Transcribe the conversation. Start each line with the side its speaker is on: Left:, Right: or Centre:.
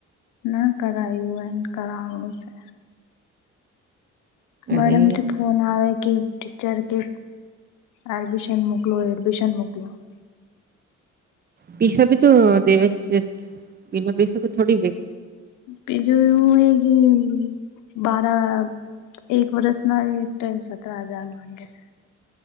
Left: ના કરાવું એને કરાવું છે મેડમથી
Right: અરે
Left: ફોન આવે કે ટીચર કે એડમિશન મક મોક એડમિશન મોકલો
Right: પૈસા ભી તો દેવે બિના પૈસાા તો થોડી વ
Left: બીજું એવું હોય કે બારા એક વર્ષ ના સતરા હજાર માંગે છે